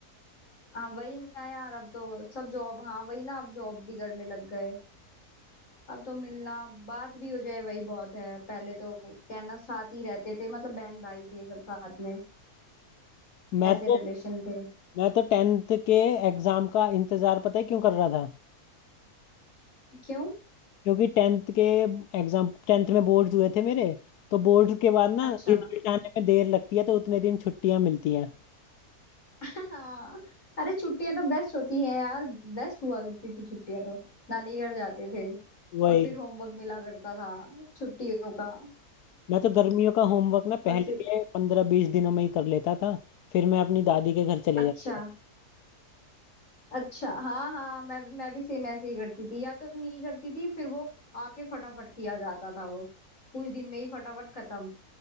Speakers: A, on the left; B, on the left.
A: हाँ वही ना यार अब तो सब जॉब हाँ वही ना अब जॉब भी करने लग गए अब तो मिलना बात भी हो जाए वही बहुत है पहले तो कहना साथ ही रहते थे मतलब बहन भाई थे सब साथ में
B: मैं
A: ऐसे
B: तो
A: रिलेशन थे
B: मैं तो टेंथ के एग्जाम का इंतजार पता है क्यों कर रहा था
A: क्यों
B: क्योंकि टेंथ के एग्जाम टेंथ में बोर्ड हुए थे मेरे तो बोर्ड के बाद ना
A: अच्छा
B: रिजल्ट आने में देर लगती है तो उतने दिन छुट्टियां मिलती हैं
A: <laughs> हाँ अरे छुट्टियां तो बेस्ट होती हैं यार बेस्ट हुआ करती थी छुट्टियां तो नानी घर जाते थे
B: वही
A: और फिर होमवर्क मिला करता था छुट्टियों का
B: मैं तो गर्मियों का होमवर्क ना पहले
A: और फिर
B: के पंद्रह बीस दिनों में ही कर लेता था फिर मैं अपनी दादी के घर चले
A: अच्छा
B: जाता था
A: अच्छा हाँ हाँ मैं मैं भी सेम ऐसे ही करती थी या तो नहीं करती थी फिर वो आके फटाफट किया जाता था वो कुछ दिन में ही फटाफट खत्म